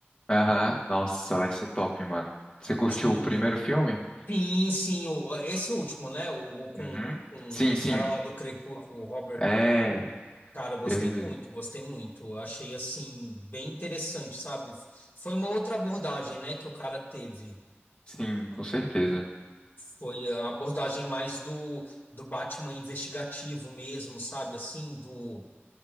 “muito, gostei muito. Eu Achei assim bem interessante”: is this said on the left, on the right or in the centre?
Left